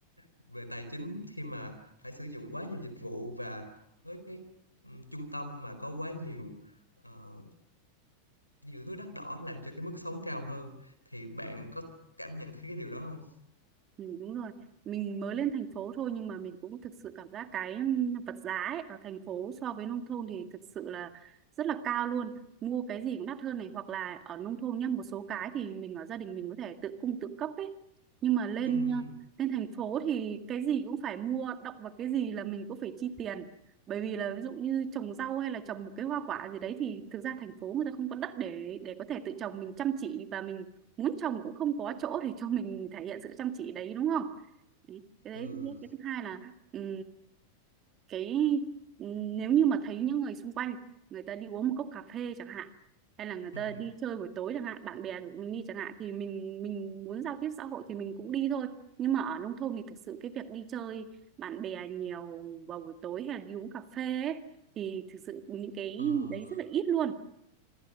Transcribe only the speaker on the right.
Ừ, đúng rồi mình mới lên thành phố thôi nhưng mà mình cũng thực sự cảm giác cái vật giá ấy, ở thành phố so với nông thôn thì thực sự là rất là cao luôn mua cái gì cũng đắt hơn này hoặc là ở nông thôn nhá một số cái thì mình ở gia đình mình có thể tự cung tự cấp ấy nhưng mà lên
ờ, lên thành phố thì cái gì cũng phải mua động vào cái gì là mình cũng phải chi tiền bởi vì là ví dụ như trồng rau hay là trồng một cái hoa quả gì đấy thì thực ra thành phố người ta không có đất để để có thể tự trồng mình chăm chỉ và mình muốn chồng cũng không có chỗ để cho mình thể hiện sự chăm chỉ đấy đúng không đấy, cái đấy
cái thứ hai là ừm, cái ừm, nếu như mà thấy những người xung quanh người ta đi uống một cốc cà phê chẳng hạn hay là người
ta đi chơi buổi tối chẳng hạn bạn bè của mình đi chẳng hạn thì mình mình muốn giao tiếp xã hội thì mình cũng đi thôi nhưng mà ở nông thôn thì thực sự cái việc đi chơi bạn bè nhiều vào buổi tối hay là đi uống cà phê ấy, thì thực sự những cái
đấy rất là ít luôn